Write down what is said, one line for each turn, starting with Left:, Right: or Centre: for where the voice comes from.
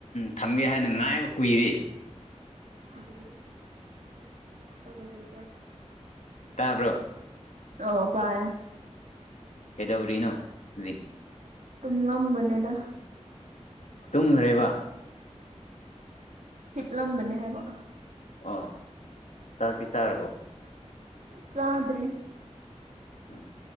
Left: ꯊꯝꯒꯦ ꯍꯥꯏꯅ ꯉꯥꯏꯕ ꯀꯨꯏꯔꯦ
Right: <unintelligible>
Left: ꯇꯥꯕ꯭ꯔꯣ
Right: ꯑꯣ ꯇꯥꯏꯌꯦ
Left: ꯀꯩꯗꯧꯔꯤꯅꯣ ꯍꯧꯖꯤꯛ
Right: ꯇꯨꯝꯂꯝꯕꯅꯦꯗ
Left: ꯇꯨꯝ ꯂꯩꯕ
Right: ꯍꯤꯞꯂꯝꯕꯅꯦ ꯍꯥꯏꯕ
Left: ꯑꯣ ꯆꯥꯛꯇꯤ ꯆꯥꯔꯕꯣ
Right: ꯆꯥꯗ꯭ꯔꯤ
Left: ꯎꯝ